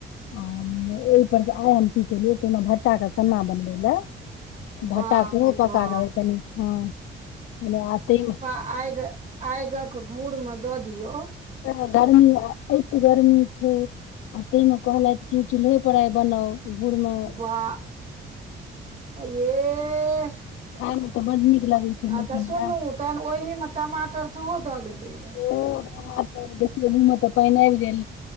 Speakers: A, on the left; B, on the right.
A: आ ओहि पर आइ हम की केलियै ताहि भटटा के सन्ना बनबे ले
B: बाप
A: भटा <unintelligible> सूपकागतनी
B: रे बा
A: हँ त
B: आग आगक घूर मे दऽ दियौ
A: ह <inaudible> गर्मी ए गर्मी छै आ ताहि मे कहलथि क चूल्हे आई बनाओ गुुरमा <inaudible>
B: बाह ये
A: खायमे तऽ बड नीक लगैत छै
B: आ
A: लेकिन
B: तऽ सुनू
A: वएह
B: तहन ओहिमे टमाटर सेहो दऽ देबै
A: ओ <inaudible> अहाँ तऽ देखियौ घूम तऽ पानि आबि गेल